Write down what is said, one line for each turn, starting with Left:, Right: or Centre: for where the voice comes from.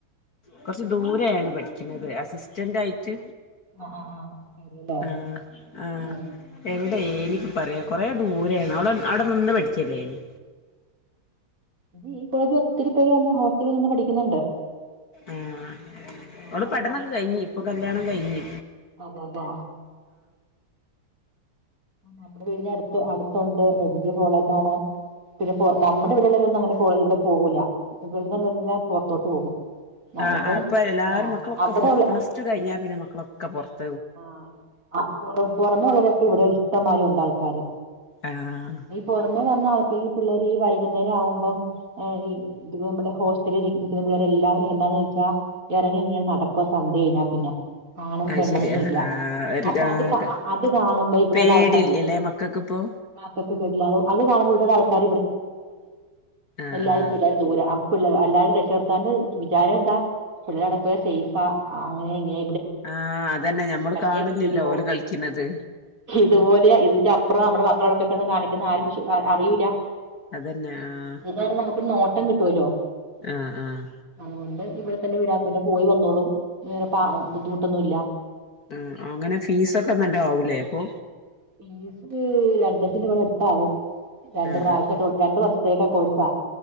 Left: കുറച്ചു ദൂര ആണ് പഠിക്കുന്നത് അസിസ്റ്റന്റ് ആയിട്ട്
Right: ആഹ് ആഹ് ആഹ് ശരിയല്ലേ
Left: ആഹ ആഹ
Right: ഉം
Left: എവിടെ എനി പറയാ കൊറേ ദൂരെയാണ് അവടെ അവിടെ നിന്ന് പഠിച്ചല്ലേ എനി
Right: ഇത് ഈ കോളേജ് ഒത്തിത്തിരി പോയി അന്ന ഹോസ്റ്റലിൽ നിന്ന് പഠിക്കുന്നുണ്ട്
Left: ആഹ
Right: അപ്പം
Left: അവടെ പെടന്നൊക്കെ കഴിഞ്ഞി ഇപ്പൊ കല്യാണം കഴിഞ്ഞു
Right: അതെ അതെ നമ്മുടെ വീടി അടുത്ത് അടുത്തുണ്ട് വല്യ കോളതാണ് പിന്നെ പോ നമ്മുടെ ഇവിടെള്ളൊന്നും അങ്ങനെ പോ ഇവിടെ പോകൂല്ല ഇവിടുള്ളല്ലാം പുറത്തോട്ട് പോകും ആ,
Left: ആഹ
Right: ഇപ്പം
Left: ആ് ഇപ്പ എല്ലാരും
Right: ആഹ്
Left: മക്കളൊക്കെറ
Right: അവിടെള്ള
Left: പ്ലസ് ടു കഴിഞ്ഞാ പിന്നെ മക്കളൊക്കെ പൊറത്ത്
Right: ആ ആറ പുറമെ വളരൊക്കെ ഇവിടെ ഇഷ്ടമാര ഉണ്ട് ആൾക്കാര്
Left: ആഹ
Right: ഈ പുറമെ വന്ന ഈ പിള്ളേർ ഈ വൈകുന്നേരം ആവുമ്പം ഇ നമ്മുടെ ഹോസ്റ്റലിൽുന്നള്ളേരെല്ല എന്താന്ന് ചോച്ചാൽ ഇറങ്ങി ഇങ്ങനെ നടക്കുവ സന്ധ്യയില്ല പിന്നെ ആണും
Left: അത്
Right: പെണ്ണും
Left: ശരി ആഹ് ആഹ് ഒരു
Right: അപ്പൊ അത് കാ അത് കാണുമ്പോ ഇവിടെള്ള
Left: പേടിയില്ലല്ലേ
Right: ആൾക്കാരൊന്ന്
Left: മക്കൾക്കിപ്പോ
Right: മാത്തൊക്കൊ അത് കാണാൻടു ആൾക്കാർ
Left: ആഹ്
Right: <unintelligible> അല്ലാരും
Left: ആഹ്
Right: രക്ഷകർത്താ വിചാരം എന്താ പുള്ളിലട സേഫ അങ്ങനെങ്ങന
Left: ആഹ അതന്നെ ഞമ്മള്
Right: <unintelligible>
Left: കാണില്ലല്ലോ ഓല് കളിക്കുന്നത്
Right: ഇപോലെ ഇതിൻ്റപ്പ്റം നമ്മ മക്കളോടൊപ്പൊക്ക കാണിക്കുന്ന ആരും അറിയിൂല്ല
Left: അതന്നെ ആഹ്
Right: ഇത നമുക്ക് നോട്ടം കിട്ടുവല്ലോ
Left: ആഹ് ആഹ്
Right: അതുകൊണ്ട് ഇവിടെ തന്നെ വിടാ പിന്നെ പോയി വന്നോളും വേറെ പ ബുദ്ധിമുട്ടൊന്നുംല്ല
Left: ആ അങ്ങനെ ഫീസ ഒക്കെ നല്ല ആവലേ അപ്പൊ
Right: ഫീസ് രണ്ട ലക്ഷം രൂപയുടെ അടുത്താാവും രണ്ട്
Left: ആഹ്
Right: പ്രാവശ്യമായിട്ട
Left: ആഹ്
Right: രണ്ട് വർഷ ത്തേക്ക കൊഴിസ